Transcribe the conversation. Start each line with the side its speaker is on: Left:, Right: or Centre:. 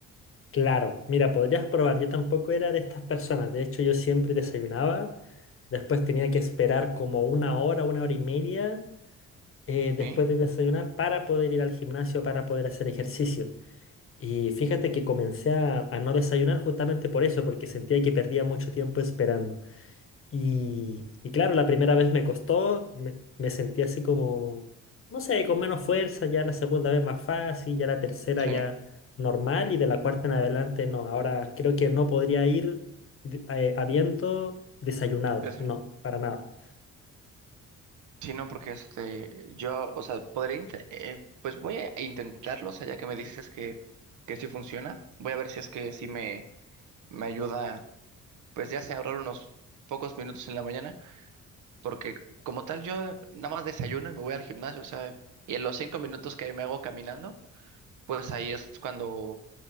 Left: Claro, mira, podrías probar, yo tampoco era de estas personas, de hecho yo siempre desayunaba, después tenía que esperar como una hora, una hora y media. eh, después
Right: ¿Sí?
Left: de desayunar para poder ir al gimnasio, para poder hacer ejercicio. Y fíjate que comencé a, a no desayunar justamente por eso, porque sentía que perdía mucho tiempo esperando. Y, y claro, la primera vez me costó, me, me sentí así como, no sé, con menos fuerza, ya la segunda vez más fácil, ya la tercera
Right: Sí.
Left: ya normal y de la cuarta en adelante no. Ahora creo que no podría ir de- eh, habiendo desayunado,
Right: de eso-
Left: no, para nada.
Right: Sí, no, porque este, yo, o sea, podré, int- eh, pues voy a intentarlo, o sea, ya que me dices que, que sí funciona, voy a ver si es que sí me, me ayuda, pues ya sea ahorrar unos pocos minutos en la mañana, porque como tal yo nada más desayuno y me voy al gimnasio, o sea, y en los cinco minutos que me hago caminando, pues ahí es cuando